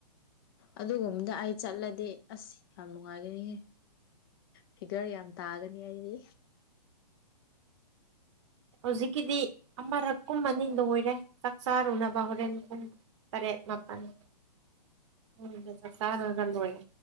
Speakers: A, on the left; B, on the right.
A: ꯑꯗꯨꯒꯨꯝꯗ ꯑꯩ ꯆꯠꯂꯗꯤ ꯑꯁ ꯌꯥꯝ ꯅꯨꯡꯉꯥꯏꯒꯅꯤ ꯐꯤꯒꯔ ꯌꯥꯝ ꯇꯥꯒꯅꯤ ꯑꯩꯗꯤ
B: ꯍꯧꯖꯤꯛꯀꯤꯗꯤ ꯑꯃꯔꯛ ꯀꯨꯝꯃꯅꯤ ꯂꯣꯏꯔꯦ ꯆꯥꯛ ꯆꯥꯔꯨꯅꯕ ꯍꯣꯔꯦꯟ ꯐꯔꯦꯠꯄꯅꯤ ꯎ ꯆꯒ ꯑꯣꯏꯦ